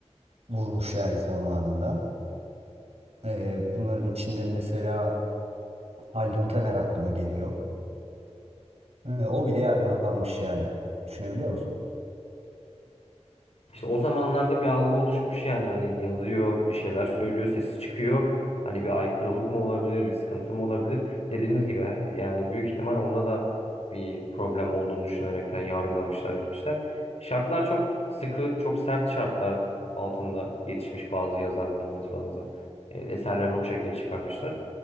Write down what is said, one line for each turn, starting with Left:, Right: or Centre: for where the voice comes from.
Right: Vurmuş yani zamanında. Ee, bunların içinde mesela Haldun Taner aklıma geliyor. Ee, O bile yargılanmış yani. Düşünebiliyor musun?
Left: İşte o zamanlarda bir algı oluşmuş yani hani yazıyor, bir şeyler söylüyor, sesi çıkıyor. Hani bir aykırılık mı olabilir, bir sıkıntı mı olabilir? Dediğiniz gibi yani büyük ihtimal onda da bir problem olduğunu düşünerekten yargılamışlar etmişler. Şartlar çok sıkı, çok sert şartlar altında yetişmiş bazı yazarlarımız, bazı e, eserlerini o şekilde çıkarmışlar.